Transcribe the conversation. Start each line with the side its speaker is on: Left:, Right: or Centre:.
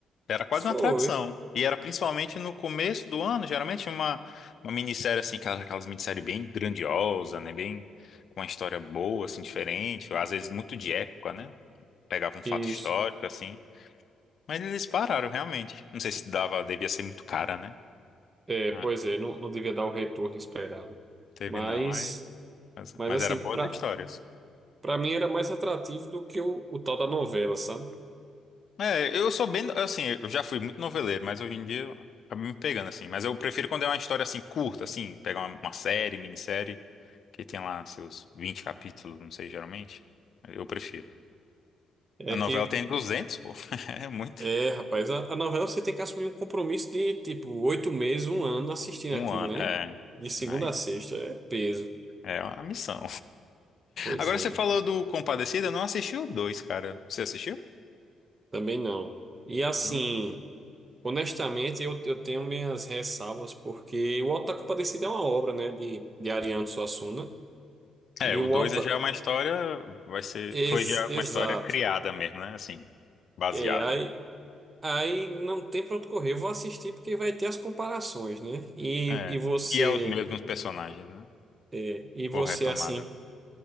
Left: Era quase
Right: Foi.
Left: uma tradição. E era principalmente no começo do ano, geralmente tinha uma, uma minissérie, assim, aquelas aquelas minissérie bem grandiosa, né? Bem com uma história boa, assim, diferente. Às vezes muito de época, né? pegava um fato
Right: Isso.
Left: histórico, assim. Mas eles pararam, realmente. Não sei se dava, devia ser muito cara, né?
Right: É,
Left: Ah,
Right: pois é, não, não devia dar o retorno esperado.
Left: teve
Right: Mas,
Left: não. Aí, mas,
Right: mas
Left: mas
Right: assim,
Left: era boas
Right: pra,
Left: histórias.
Right: pra mim era mais atrativo do que o, o tal da novela, sabe?
Left: É, eu sou bem, assim, eu já fui muito noveleiro, mas hoje em dia eu acabo me pegando, assim. Mas eu prefiro quando é uma história, assim, curta, assim, pegar uma, uma série, minissérie, que tem lá seus 20 capítulos, não sei, geralmente. Eu prefiro.
Right: É
Left: A novela
Right: que,
Left: tem 200, pô. <laughs> É muito.
Right: é, rapaz, a, a novela você tem que assumir um compromisso de, tipo, oito meses, um ano assistindo
Left: Um
Right: aquilo,
Left: ano. É.
Right: né? De segunda
Left: Aí,
Right: a sexta, é peso.
Left: É, é uma missão.
Right: Pois
Left: Agora
Right: é,
Left: você falou do Compadecida, eu não assisti o 2, cara. Você assistiu?
Right: também não. E assim,
Left: Não.
Right: honestamente, eu, eu tenho minhas ressalvas, porque o Auto da Compadecida é uma obra, né, de, de Ariano Suassuna.
Left: É,
Right: E
Left: o
Right: o
Left: 2
Right: Auto,
Left: é já uma história, vai ser, foi
Right: Ex-
Left: já
Right: exato.
Left: uma história criada mesmo, né? Assim, baseada,
Right: É, aí,
Left: né?
Right: aí não tem para onde correr. Eu vou assistir porque vai ter as comparações, né? E,
Left: É.
Right: e você,
Left: E é os mesmos personagens, né?
Right: é, e você
Left: Ou retomada.
Right: assim